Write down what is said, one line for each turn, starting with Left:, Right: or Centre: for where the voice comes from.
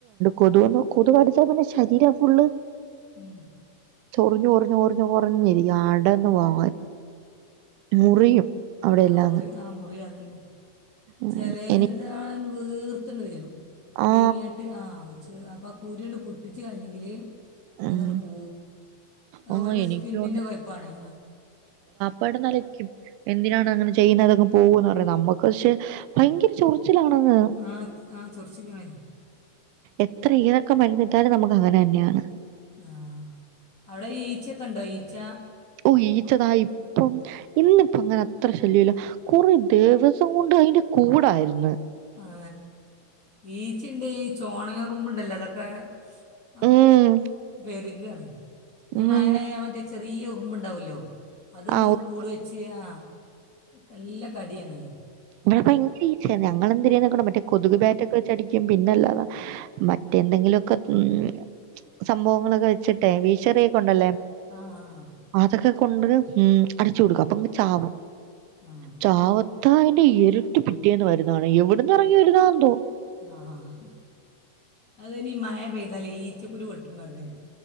Right: കൊതു കൊതു കടിച്ചാ പിന്നെ ശരീരം ഫുള്ള് കൊ
Left: ഉം
Right: ചൊറിഞ്ഞു റിഞ് റിഞ്ഞു ചൊറിഞ്ഞിരിക്കും അടണ് ആ മുറിയും അവിടെയെല്ലാം
Left: ആഹ മുറി
Right: അങ്ങ്.
Left: ആ മുറി അതന്നെ
Right: ഉം.
Left: ചെലേതാണ്ട്
Right: എനി
Left: വീർത്താണ്ട് വരും
Right: ആ.
Left: വീങ്ങിട്ട് ആ അപ്പംകുരു ണ്ട് പൊട്ടിച്ച്ച് കളഞ്ഞെങ്കില്
Right: ഉം.
Left: പൂ
Right: ആ
Left: ഓരോ
Right: എനിക്കും
Left: സ്കിന്നിന്റെ കൊയ്പ്പാണെ
Right: പട നിലയ്ക്കും എന്തിനാണ് അങ്ങനെ ചെയ്യുന്നത് അതങ് പോവൂന്ന് പറയും നമ്മക്ക് പശെ ഭയങ്കര ചൊറിയ ച്ചിലാണെന്ന്
Left: ആ ആ ചൊറ്ച്ചിലാണെ
Right: എത്ര ഏതൊക്കെ മരുന്ന് ഇട്ടാലും നമുക്ക് അങ്ങനെ തന്നെയാണ്
Left: ആഹ് അവിടെ ഈച്ചക്കെ ണ്ടോ ഈച്ച
Right: ഓ ഈച്ചതാ ഇപ്പം ഇന്നിപ്പം അങ്ങനെ അത്ര ശല്യല്ല കുറേ ദിവസം കൊണ്ട് അയന്റെ കൂടായിരുന്നു
Left: ആ ഏ ഈച്ചിണ്ട് ഈ ചോണനുറുമ്പ് ണ്ടല്ലോ അതൊക്കെ ആ
Right: ഉം
Left: പേരുകയാണ് ഞ്
Right: ഉം
Left: മയ ആയാൽ മറ്റെ ചെറിയ ഉ ഉറുമ്പ് ഉണ്ടാവൊല്ലോ അത് ണ്ടാവും
Right: ആ ഒ-
Left: കൂട് വെച്ച് ആ കല്ല കടിയണല്ലോ
Right: ഇവിടെപ്പോ ഭയങ്കര ഈച്ചെ ഞങ്ങളെന്തിനിതാക്കണം ആ കൊതുക് ബാറ്റ് ബാറ്റൊക്കെ വെച്ചടിക്കും പിന്നെല്ലാതെ മറ്റെന്തെങ്കിലൊക്കെ ഉം സംഭവങ്ങളൊക്കെ വെച്ചിട്ടെ വീഷീട്ട് ചെറിയൊക്കെണ്ടല്ലേ
Left: ആ ആ
Right: അതൊക്കെ കൊണ്ട് ഉം അടിച്ചു കൊടുക്കും അപ്പൊങ് ചാവും
Left: ആഹ്
Right: ചാവത്താന്റെ ഇരട്ടി പിറ്റേന്ന് വരുന്നതാണ് എവിടന്ന് ഇറങ്ങി വരുന്ന എന്തോ
Left: ആഹ് അതിനി മയ പെയ്താലേ ഈച്ച കുരു പൊട്ടും പറഞ്ഞേക്കാ